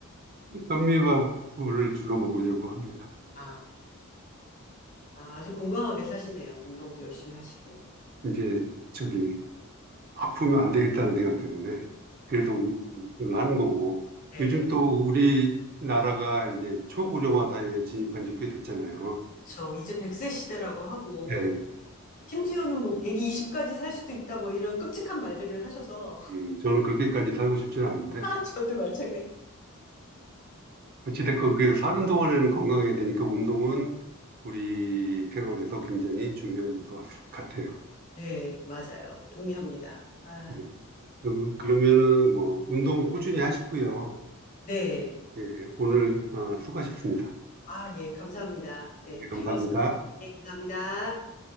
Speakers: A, on the right; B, on the left.
A: 현미밥을 주로 먹으려고 합니다.
B: 아, 아, 아주 건강하게 사시네요. 운동도 열심히 하시고.
A: 이제 저기 아프면 안 되겠다는 생각 때문에 그래서 운동을 하는 거고
B: 네.
A: 요즘 또 우리나라가 이제 초고령화 사회에 진입한 지 꽤 됐잖아요.
B: 그렇죠. 이제 100세 시대라고 하고
A: 예,
B: 심지어는 뭐 120까지 살 수도 있다 뭐 이런 끔찍한 말들을 하셔서 <laughs>
A: 음, 저는 그렇게까지 살고 싶지는 않은데
B: 아, 저도 마찬가지.
A: 어찌됐건 그 사는 동안에는 건강해야 되니까 운동은 우리 생활에서 굉장히 중요한 요소 같- 같아요.
B: 네, 맞아요. 동의합니다. 아,
A: 예, 그럼, 그러면은 뭐 운동 꾸준히 하시고요.
B: 네.
A: 예, 오늘 아, 수고하셨습니다.
B: 아, 예, 감사합니다. 네,
A: 예, 감사합니다.
B: 즐거웠습니다. 네, 감사합니다.